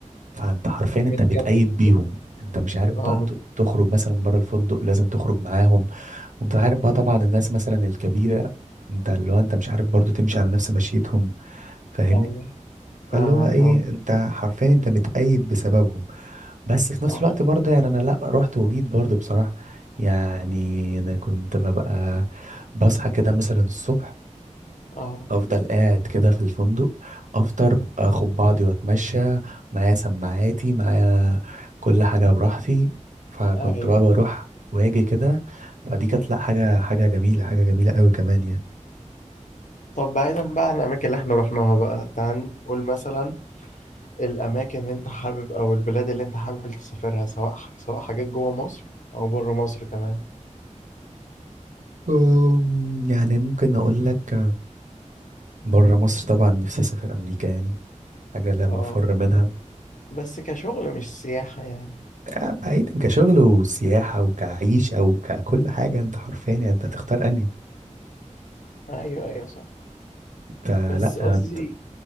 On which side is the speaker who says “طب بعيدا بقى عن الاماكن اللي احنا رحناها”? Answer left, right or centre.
Left